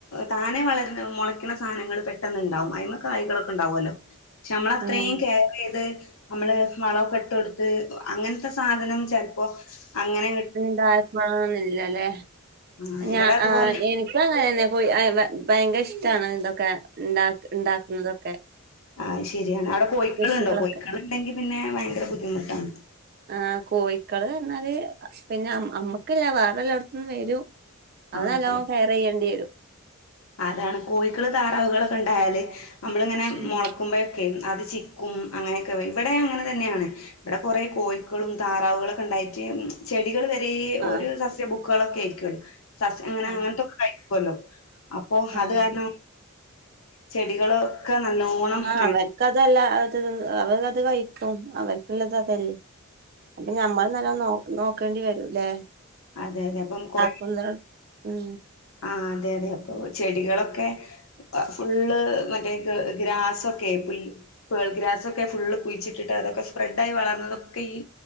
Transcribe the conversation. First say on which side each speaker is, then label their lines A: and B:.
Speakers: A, on the left; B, on the right.
A: താനെ വളര മുളക്കണ സാധനങ്ങൾ പെട്ടെന്ന് ഉണ്ടാവും അതി്മ കായകളൊക്കെ ഉണ്ടാവുമല്ലോ പക്ഷെ നമ്മള് അത്രയും
B: ആഹ്
A: കെയർ ചെയ്ത് നമ്മള് വളമൊക്കെ ഇട്ട് കൊടുത്ത് അങ്ങനത്തെ സാധനം ചിലപ്പോ അങ്ങനെ
B: ഉണ്ടായ്ക്കോളമാന്നില്ലല്ലേ
A: ആഹ്
B: ഞാ
A: ഇവിടെ അതുപോലെ
B: ആ എനിക്ക് <unintelligible> ഇങ്ങനെ അങ്ങനെന്നെ പോയി ഭയങ്കര ഇഷ്ടമാണ് ഇന്തൊക്കെ ഇണ്ടാക്കുന്നതൊക്കെ
A: ആഹ ശരിയാണ് അവിടെ കോഴിക്കളുണ്ടോ
B: കൃഷികളൊക്കെ
A: കോഴിക്കള് ഉണ്ടെങ്കി പിന്നെ ഭയങ്കര ബുദ്ധിമുട്ടാണ്
B: ആ കോഴിക്കള് പറഞ്ഞാല് പിന്നഞമ്മക്കില്ല വേറെല്ല അവിടത്തന്നന്ന് വരും അത്
A: ആഹ്
B: നല്ലോണം
A: അതെ.
B: കെയർ ചെയ്യേണ്ടി വരും
A: അതാണ് കോഴക്കള് താറാവുകളൾക്കെ ഉണ്ടായാല് നമ്മളിങ്ങനെ
B: ഉം
A: മുളക്കുമ്പോഴ അത് ചിക്കും അങ്ങനെയൊക്കെ ഇവിടെ അങ്ങനെ തന്നെയാണ് ഇവിടെ കൊറെേ കോഴിക്കളും താറാവുകളൊക്കെ ഉണ്ടായിട്ട് ചെടികൾ വരെ
B: ആഹ്
A: ഒരു സസ്യ ബുക്കുകളൊക്കെ ആയിരിക്കല്ലോ സസ്യ അങ്ങനെ അങ്ങനത്തൊക്കെ
B: ആഹ്
A: കഴിക്കുമല്ലോ അപ്പോ
B: ആഹ്
A: അത് കാരണ ചെടികളൊക്കെ നല്ലോണം
B: ആഹ
A: നേ-
B: അവർക്കതല്ല അത് അവർ അത് കഴിക്കും അവർക്കുള്ളത് അതല്ലേ അപ്പൊ ഞമ്മൾ നല്ലോ നോ നോക്കേണ്ടി വരുംല്ലെ
A: അതെ അതെ അപ്പം കൊറ
B: കൊന്നര ഉം
A: ആ അതെ അതെ അപ്പൊ ചെടികളൊക്കെ ഫുള്ള് മറ്റേ ഗ്രാസ്സൊക്കെ പുല്ല് പേൾഗ്രാസൊക്കെ ഫുള് കുഴിച്ചിട്ടിട്ട് അതൊക്കെ സ്പ്രെഡ് ആയി വളർന്നതൊക്കെ ഈ